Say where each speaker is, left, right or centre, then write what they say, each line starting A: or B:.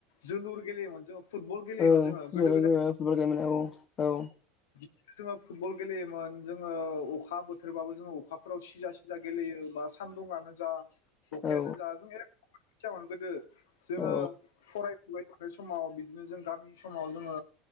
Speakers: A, on the left; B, on the left.
A: जोलुर गेलेयोमोन जोङो। फुटबल गेलेयोमोन
B: औ
A: जोङो
B: फुटबल
A: गोदो गोदाय
B: गेले औ औ।
A: जोङो फुटबल गेलेयोमोन जोङो अखा बोथोरबाबो जोङो अखाफोराव सिजा सिजा गेलेयो बा सान्दुङानो जा अखायानो
B: औ
A: जा जों एख गोदो जोङो
B: औ
A: फरायफु नाय समाव बिदिनो जों गामि समाव जोङो